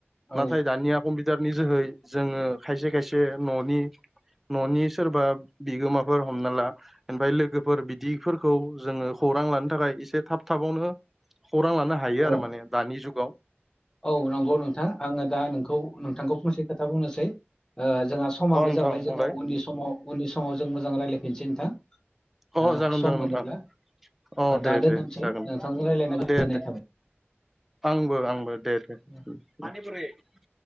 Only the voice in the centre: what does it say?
नाथाय
दानिया कमपि पिटारनि जोहै जोङो खायसे खायसे न'नि न'नि सोरबा बिगोमाफोर हमना ला ओमफाय लोगोफो फोर बिदिफोरखौ जोङो खौरां लानो थाखाय एसे थाब थाबावनो खौरां लानो हायो आरो
माने दानि जुगाव।
अ नोंथां
बुंलाय
अ'
जागोन
जागोन
नोंथां। अ
दे
दे जागोन
दे दे
आंबो आंबो दे। दे दे
उम उम ।